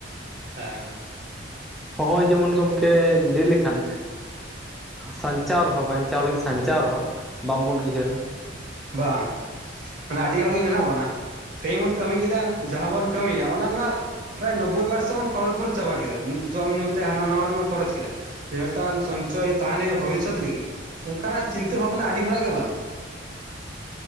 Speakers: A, on the right; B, in the centre.
A: ᱦᱮᱸ
B: ᱦᱚᱸᱜ ᱡᱮᱢᱚᱱ ᱜᱚᱝᱠᱮ ᱞᱟᱹᱭ ᱞᱮᱠᱼᱼ ᱮᱠᱷᱟᱱ ᱥᱟᱧᱪᱟᱣ ᱨᱮᱦᱚᱸ ᱵᱟᱧᱪᱟᱣ ᱞᱟᱹᱜᱤᱫ ᱥᱟᱧᱪᱟᱣ ᱨᱮᱦᱚᱸ ᱵᱟᱝᱵᱚᱱ ᱩᱭᱦᱟᱹᱨᱟ᱾
A: ᱵᱟᱝ ᱢᱟᱱᱮ ᱟᱹᱰᱤ ᱦᱚᱲ ᱜᱮ ᱢᱮᱱᱟᱜ ᱵᱚᱱᱟ ᱾ ᱛᱮᱦᱤᱧ ᱵᱚᱱ ᱠᱟᱹᱢᱤ ᱠᱮᱫᱟ ᱡᱟᱦᱟᱸ ᱵᱚᱱ ᱠᱟᱹᱢᱤᱭᱟ ᱚᱱᱟ ᱨᱮᱱᱟᱜ ᱯᱨᱟᱭ ᱱᱳᱵᱽᱵᱳᱭ ᱯᱟᱨᱥᱮᱱ ᱠᱷᱚᱨᱚᱪ ᱵᱚᱱ ᱪᱟᱵᱟ ᱠᱮᱫᱟ ᱡᱚᱢ ᱧᱩ ᱛᱮ ᱦᱟᱱᱟ ᱱᱟᱣᱟ ᱛᱮᱵᱚᱱ ᱠᱷᱚᱨᱚᱪ ᱠᱮᱫᱟ ᱡᱮ ᱢᱤᱫᱴᱟᱝ ᱥᱚᱧᱪᱚᱭ ᱛᱟᱦᱮᱱ ᱦᱩᱭᱩᱜᱭᱟ ᱵᱷᱚᱵᱤᱥᱥᱚᱛ ᱞᱟᱹᱜᱤᱫ ᱚᱱᱠᱟᱱᱟᱜ ᱪᱤᱱᱛᱟᱹ ᱵᱷᱟᱵᱱᱟ ᱟᱹᱰᱤ ᱦᱚᱲᱟᱜ ᱜᱮ ᱵᱟᱹᱱᱩᱜᱼᱟ᱾